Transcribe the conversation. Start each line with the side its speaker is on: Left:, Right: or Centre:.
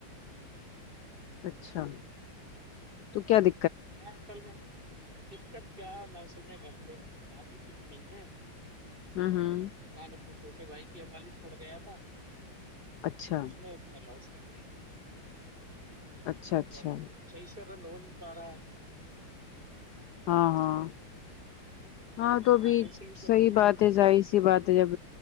Left: اچھا تو کیا د
Right: میں چل میں دقت کیا مصل میں گھر پہبھی کچھ نہیں ہے
Left: ہاں ہاں
Right: دکان اپنے چھوٹے بھائی کے حوالے چھوڑ گیا تھا
Left: اچھا
Right: اس نے اس نے لاس کر دیا
Left: اچھا اچھا
Right: ا
Left: ہاں
Right: سسر ن ہوج پ رہا ہے
Left: ہاں ہاں ہاں تو
Right: فائنینشلی
Left: بھی صحیح
Right: کمی
Left: بات ہے سظاہ سی بات ہے جب